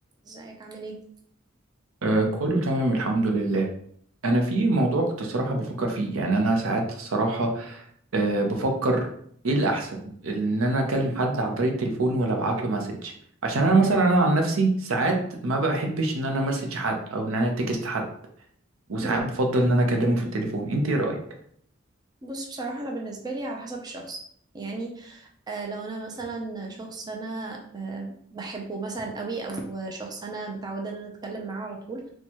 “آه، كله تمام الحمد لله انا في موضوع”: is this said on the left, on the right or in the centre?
Right